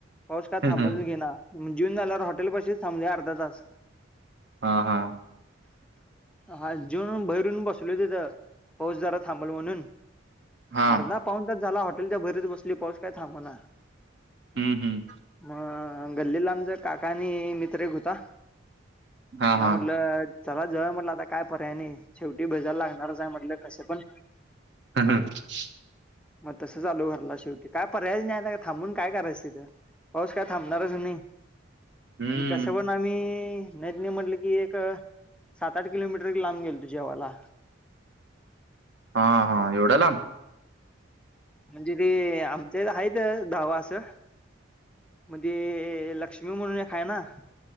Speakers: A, in the centre; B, on the right (about 60°).
A: पाऊस काय
B: हम्म.
A: थांबतच
B: हम्म.
A: घेइना म्ह जेऊनल्यावर हॉटेल पाशीच थांबलोय अर्धातास.
B: हा -हा.
A: हा जीवून भैरून बसलो तिथ पाऊस जरा थांबल म्हणून
B: हा
A: अर्धा पाऊणतास झाला हॉटेलच्या भैरच बसलोय पाऊस काय थांबना.
B: हम्म- हम्म.
A: मग गल्लीला आमचा काका आणि मित्र एक हुता.
B: हा
A: त्यांना
B: हा
A: म्हटलं चला जऊया म्हटलं. आता काय पर्याय नाही. शेवटी भीजायला लागणारच आहे म्हटलं कसं पण.
B: हा -हा <inaudible>
A: मग तसंच आलो घरला शेवटी. काय पर्यायच नाही आता काय थांबून काय करायचं तिथं. पाऊस काय थांबणारच नाही
B: हम्म.
A: आणि कस पण आम्ही.... नज्ञ म्हटलं की एक सात -आठ किलोमीटर लांब गेलतो जेवायला.
B: हा -हा एवढ्या लांब?
A: म्हणजे ते आमच्या इथ आहेत ढाबा असं म्हणजे लक्ष्मी म्हणून एक हाय ना.